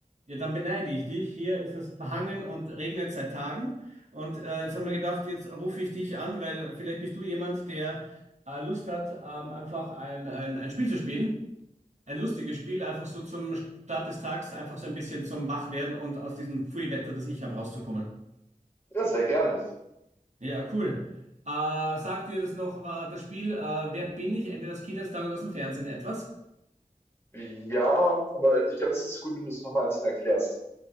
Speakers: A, on the right; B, on the left.
A: Ja, dann beneide ich dich. Hier ist es verhangen und regnet seit Tagen. Und äh, jetzt haben wir gedacht, jetzt rufe ich dich an, weil vielleicht bist du jemand, der äh, Lust hat, ähm, einfach ein, ein, ein Spiel zu spielen. Ein lustiges Spiel, einfach so zum Start des Tags, einfach so ein bisschen zum Wachwerden und aus diesem Pfui-Wetter, das ich habe, rauszukommen.
B: Ja, sehr gerne.
A: Ja, cool. Äh, sagt dir das noch, war das Spiel äh, Wer bin ich? Entweder aus Kindheitstagen oder aus dem Fernsehen etwas?
B: Ja, aber ich glaube, es ist gut, wenn du es nochmal ein bisschen erklärst.